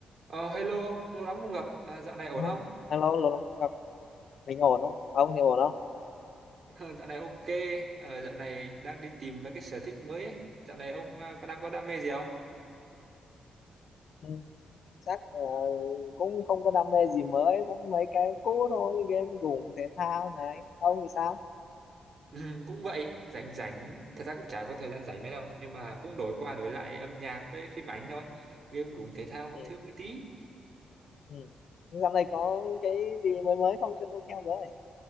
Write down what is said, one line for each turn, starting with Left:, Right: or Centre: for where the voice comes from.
Right: Ờ, hello ông, lâu lắm không gặp. À, dạo này ổn
Left: Ờ,
Right: không?
Left: Hello, lâu lắm không gặp. Mình ổn không? À, Ông thì ổn không?
Right: <laughs> Dạo này ok. Ờ, dạo này đang đi tìm mấy cái sở thích mới ấy. Dạo này ông à, có đang có đam mê gì không? <laughs>
Left: Ừ, chắc là cũng không có đam mê gì mới, vẫn mấy cái cũ thôi, game gủng thể thao này. Ông thì sao?
Right: Ừ, cũng vậy, rảnh rảnh. Thật ra cũng chả có thời gian rảnh mấy đâu. Nhưng mà cũng đổi qua đổi lại âm nhạc với phim ảnh thôi. Game cũng thể thao mỗi
Left: Ừ.
Right: thứ mỗi tí.
Left: Ừ. Thế Dạo này có cái gì mới mới không cho tôi theo với?